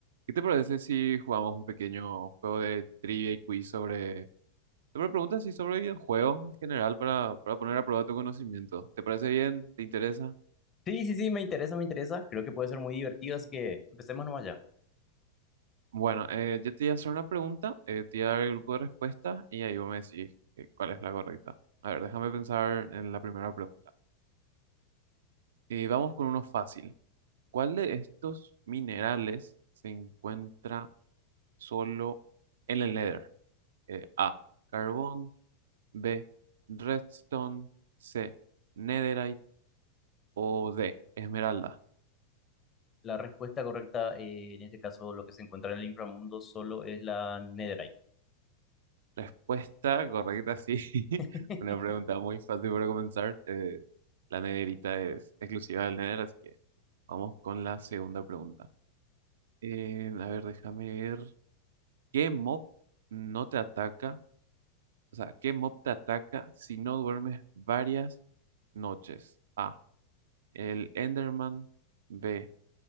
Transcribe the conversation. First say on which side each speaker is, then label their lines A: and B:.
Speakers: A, on the right (about 60°); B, on the left (about 25°).
A: ¿Qué te parece si jugamos un pequeño juego de trivia y quiz sobre, sobre preguntas y sobre videojuegos en general para, para poner a prueba tu conocimiento? ¿Te parece bien? ¿Te interesa?
B: Sí, sí, sí, me interesa, me interesa. Creo que puede ser muy divertido, así que empecemos nomás ya.
A: Bueno, eh, yo te voy a hacer una pregunta, eh, te voy a dar el grupo de respuestas y ahí vos me decís eh, cuál es la correcta. A ver, déjame pensar en la primera pregunta. Eh, vamos con uno fácil. ¿Cuál de estos minerales se encuentra solo en el Nether? Eh, A, carbón. B, Redstone, C, Netherite o D, Esmeralda.
B: La respuesta correcta, eh, en este caso, lo que se encuentra en el inframundo solo es la Netherite.
A: Respuesta correcta, sí. <laughs>
B: <laughs>
A: Una pregunta muy fácil para comenzar. Eh, la nederita es exclusiva del Nether, así que vamos con la segunda pregunta. Eh, a ver, déjame ver. ¿Qué mob no te ataca? O sea, ¿qué mob te ataca si no duermes varias noches? A, el Enderman. B,